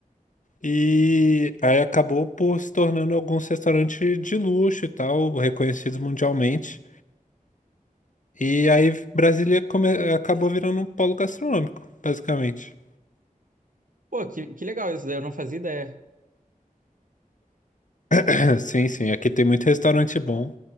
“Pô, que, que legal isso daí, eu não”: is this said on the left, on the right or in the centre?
Right